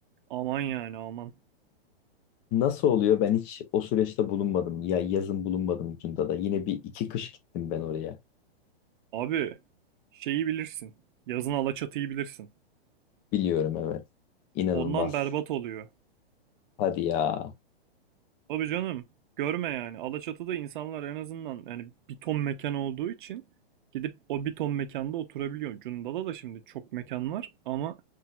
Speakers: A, on the right; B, on the left.
A: Aman yani aman.
B: Nasıl oluyor? Ben hiç o süreçte bulunmadım. Ya yazın bulunmadım Cunda'da. Yine bir iki kış gittim ben oraya.
A: Abi şeyi bilirsin. Yazın Alaçatı'yı bilirsin.
B: Biliyorum evet. İnanılmaz.
A: Ondan berbat oluyor.
B: Hadi ya.
A: Tabii canım. Görme yani. Alaçatı'da insanlar en azından yani bir ton mekan olduğu için gidip o bir ton mekanda oturabiliyor. Cunda'da da şimdi çok mekan var ama